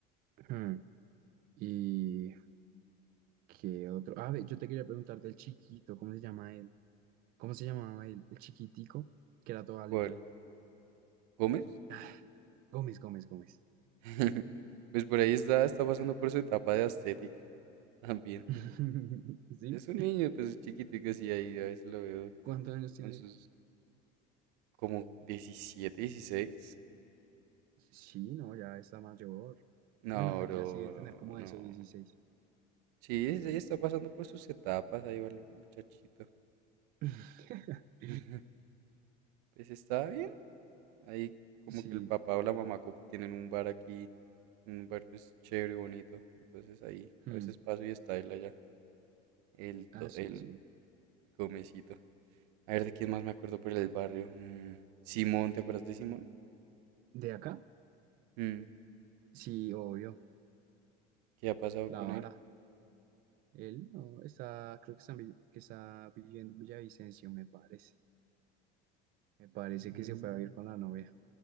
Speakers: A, on the right; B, on the right.
A: Mm, ¿Y qué otro? Ah, ve, yo te quería preguntar del chiquito, ¿cómo se llama él? ¿Cómo se llamaba el, el chiquitico? Que era toda aleta.
B: ¿Cuál?
A: <sighs>
B: ¿Gómez?
A: Ah, Gómez, Gómez, Gómez.
B: <laughs> Pues por ahí está, está pasando por su etapa de aesthetic también.
A: <laughs>
B: <laughs>
A: ¿Sí?
B: Es un niño, pues es chiquitico, sí, ahí a veces lo veo
A: ¿Cuántos años tiene
B: con sus
A: él?
B: como 17, 16.
A: Sí, no, ya está mayor.
B: No,
A: Bueno, no mentira,
B: bro,
A: sí debe tener como
B: no, no.
A: eso, 16.
B: Sí, ahí está pasando por sus etapas, ahí va el muchachito.
A: <laughs>
B: <laughs> Pues está bien. Ahí como
A: Sí.
B: que el papá o la mamá como tienen un bar aquí, un bar pues chévere, bonito. Entonces ahí
A: hmm,
B: a veces paso y está él allá. el,
A: Ah,
B: to-
A: sí,
B: el
A: sí.
B: comecito. A ver, ¿de quién más me acuerdo por el barrio? Mm, Simón, ¿te acuerdas de Simón?
A: ¿De acá?
B: Mm,
A: Sí, obvio.
B: ¿qué ha pasado
A: La
B: con
A: vara.
B: él?
A: Él no está, creo que está, en Vill- que está viviendo en Villavicencio, me parece. Me parece
B: Mm,
A: que se fue a vivir con la novia.